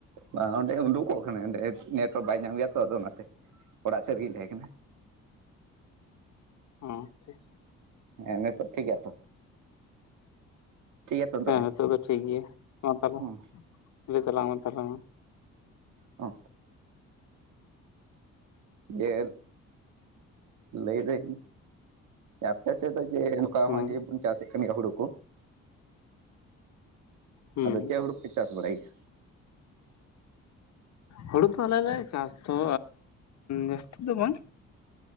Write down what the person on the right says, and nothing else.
ᱵᱟ ᱚᱸᱰᱮ ᱩᱰᱩᱠᱚᱜ ᱠᱟᱱᱟ ᱚᱸᱰᱮ ᱱᱮᱴᱚᱣᱟᱨᱠ ᱵᱟᱭ ᱧᱟᱢ ᱜᱮᱭᱟ ᱛᱚ ᱟᱫᱚ ᱚᱱᱟᱛᱮ ᱚᱲᱟᱜ ᱥᱮᱫ ᱨᱮᱜᱤᱧ ᱛᱟᱦᱮᱸ ᱠᱟᱱᱟ᱾
ᱦᱮᱸ ᱱᱤᱛᱚᱜ ᱴᱷᱤᱠ ᱜᱮᱭᱟ ᱛᱚ? ᱴᱷᱤᱠ ᱜᱮᱭᱟ ᱛᱚ ᱱᱤᱛᱚᱜ
ᱦᱮᱸ
ᱚᱻ ᱡᱮ ᱞᱟᱹᱭ ᱞᱮᱜ ᱢᱤᱭᱤᱧ ᱟᱯᱮ ᱥᱮᱫ ᱫᱚ ᱡᱮ ᱱᱚᱝᱠᱟ
ᱡᱮ ᱵᱚᱱ ᱪᱟᱥᱮᱫ ᱠᱟᱱ ᱜᱮᱭᱟ ᱦᱩᱲᱩ ᱠᱚᱼᱼ
ᱟᱫᱚ ᱪᱮᱫ ᱦᱩᱲᱩᱯᱮ ᱪᱟᱥ ᱵᱟᱲᱟᱭ ᱜᱮᱭᱟ?